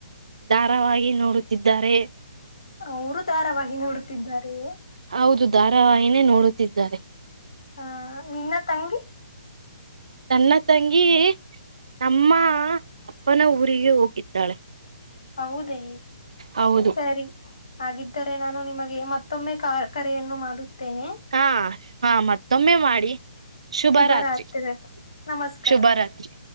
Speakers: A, on the right; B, on the left.
A: ಧಾರಾವವಾಗಿ ನೋಡುತ್ತಿದ್ದಾರೆ
B: ಅವರು ಧಾರಾವಾಹಿ ನೋಡುತ್ತಿದ್ದಾರೆ
A: ಹೌದು ಧಾರಾವಾಹಿನೇ ನೋಡುತ್ತಿದ್ದಾರೆ
B: ಹಾ ನಿನ್ನ ತಂಗಿ
A: ನನ್ನ ತಂಗಿ ನಮ್ಮ ಅಪ್ಪನ ಊರಿಗೆ ಹೋಗಿದ್ದಾಳೆ
B: ಹೌದೇ
A: ಹೌದು
B: ಸರಿ ಹಾಗಿದ್ದರೆ ನಾನು ನಿಮಗೆ ಮತ್ತೊಮ್ಮೆ ಕ ಕರೆಯನ್ನು ಮಾಡುತ್ತೇನೆ
A: ಹಾ ಹಾ ಮತ್ತೊಮ್ಮೆ ಮಾಡಿ ಶುಭ
B: ಶುಭರಾತ್ರಿ
A: ರಾತ್ರಿ
B: ನಮಸ್ಕಾರ
A: ಶುಭ ರಾತ್ರಿ